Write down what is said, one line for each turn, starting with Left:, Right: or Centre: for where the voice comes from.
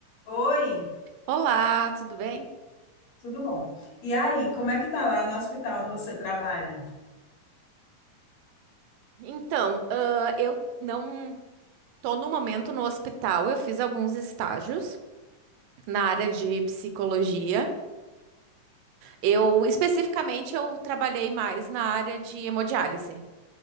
Left: Oi,
Right: Olá, tudo bem?
Left: tudo bom? E aí, como é que tá lá no hospital onde você trabalha?
Right: Então, ah, eu não tô no momento no hospital. Eu fiz alguns estágios na área de psicologia. Eu especificamente eu trabalhei mais na área de hemodiálise.